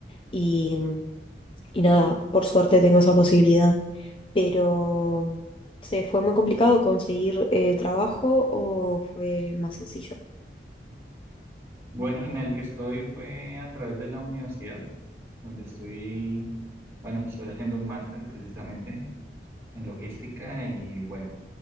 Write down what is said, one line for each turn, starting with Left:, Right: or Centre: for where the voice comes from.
Left: Y, y nada, por suerte tengo esa posibilidad, pero... ¿Se fue muy complicado conseguir eh, trabajo o fue más sencillo?
Right: Bueno, en el que estoy fue a través de la universidad. donde estoy, bueno, estoy haciendo un máster precisamente en logística y bueno,